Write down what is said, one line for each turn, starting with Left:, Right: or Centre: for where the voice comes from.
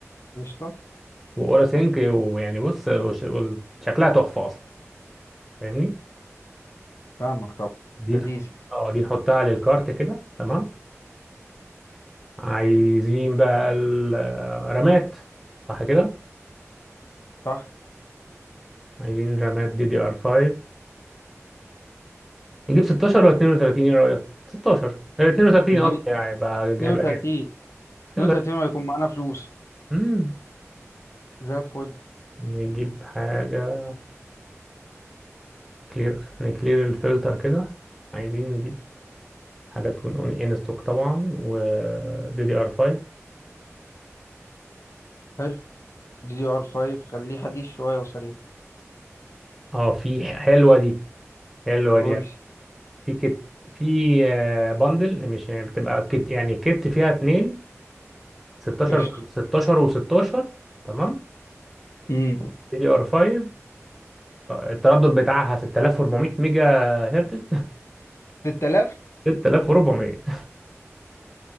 Left: قشطة
Centre: واورا سينك ويعني بص وش- وال- شكلها تحفه اصلا فاهمني
Left: فاهمك طبعا
Centre: دي
Left: لذيذة
Centre: نح- اه دي نحطها للكارت كده تمام عايزين بقى الرامات صح كده
Left: صح
Centre: عايزين رامات دي دي ار 5 نجيب 16 ولا 32 ايه رأيك 16 آه، 32
Left: نجيب
Centre: قصدي يعني هيبقى
Left: اتنين
Centre: هيبقى جامد
Left: وتلاتين
Centre: 32
Left: اتنين وتلاتين وهيكون معانا فلوس
Centre: امم
Left: زي الفل
Centre: نجيب حاجة كلير نكلير الفلتر كده عايزين نجيب حاجة تكون اون ان ستوك طبعا و دي دي ار 5
Left: حلو دي دي ار 5 خليه حديث شوية وسريع
Centre: اه في حلوة دي حلوة
Left: قول
Centre: دي
Left: لي
Centre: في كت في آه، بندل مش يعني بتبقى كت يعني كت فيها اتنين 16
Left: قشطة
Centre: 16 و16 تمام
Left: امم
Centre: دي دي ار 5 التردد بتاعها 6400 ميجا هرتز
Left: 6000
Centre: 6400